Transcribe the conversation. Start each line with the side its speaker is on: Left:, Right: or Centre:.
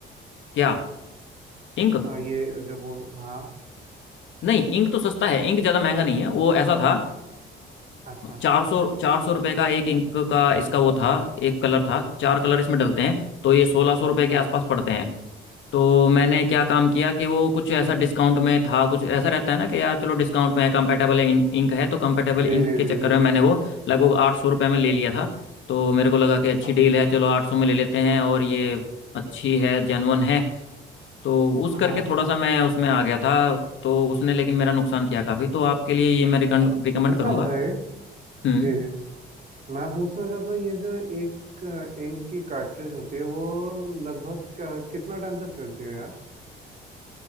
Left: क्या इंक
Right: आ, ये जो बोल हाँ
Left: नहीं इंक तो सस्ता है इंक ज़्यादा महंगा नहीं है वो ऐसा था
Right: अच्छा
Left: चार सौ चार सौ रुपये का एक इंक का इसका वो था एक कलर था चार कलर इसमें डलते हैं तो ये सोलह सौ रुपये के
Right: हाँ
Left: आसपास पड़ते हैं तो मैंने क्या काम किया कि वो कुछ ऐसा डिस्काउंट में था कुछ ऐसा रहता है ना कि यार चलो डिस्काउंट में है कंपेटेबल इंक है तो कंपेटेबल
Right: जी
Left: इंक
Right: जी
Left: के
Right: जी
Left: चक्कर
Right: जी
Left: में मैंने वो लगभग आठ सौ रुपये में ले लिया था तो मेरे को लगा कि अच्छी
Right: हाँ
Left: डील है चलो आठ सौ में ले लेते हैं और ये अच्छी है जेन्युइन है तो उस
Right: हाँ
Left: करके थोड़ा सा मैं उसमें आ गया था तो उसने लेकिन मेरा नुकसान किया काफ़ी तो आपके लिए ये मैं रिकमेंड
Right: अ- अच्छा
Left: करूंगा
Right: भाई
Left: हम्म
Right: जी जी मैं पूछना चाहता हूँ ये जो एक इंक की कार्ट्रिज होती है वो लगभग क- कितना टाइम तक चलती है यार